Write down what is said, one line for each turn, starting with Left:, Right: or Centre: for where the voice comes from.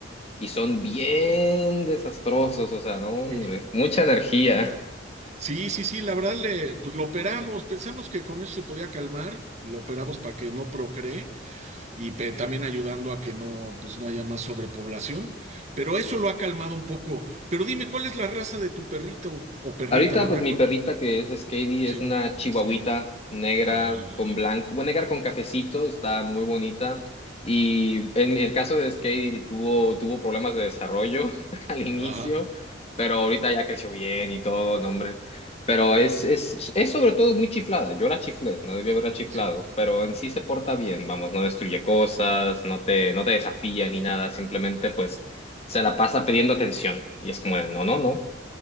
Left: y son bien desastrosos, o sea, no, hombre,
Right: sí,
Left: mucha energía.
Right: sí, sí, sí, la verdad, le, pues lo operamos, pensamos que con eso se podía calmar, lo operamos para que no procree y pe- también ayudando a que no, pues no haya más sobrepoblación. Pero eso lo ha calmado un poco. Pero dime, ¿cuál es la raza de tu perrito o perrita?
Left: Ahorita,
Right: No
Left: pues
Right: recuerdo.
Left: mi perrita que es Skady
Right: Sí,
Left: es una chihuahuita
Right: es que.
Left: negra
Right: Ah,
Left: con blanco, bueno, negra con cafecito, está muy bonita. Y en el caso de Skady tuvo, tuvo problemas de desarrollo <laughs> al inicio,
Right: ajá,
Left: pero ahorita ya creció bien y todo, no, hombre. Pero es, es, es sobre todo muy chiflada. Yo la chiflé, no debía haberla chiflado,
Right: sí,
Left: pero en sí se porta bien, vamos, no destruye cosas, no te, no te desafía ni nada, simplemente pues se la pasa pidiendo atención. Y es como, de, no, no, no.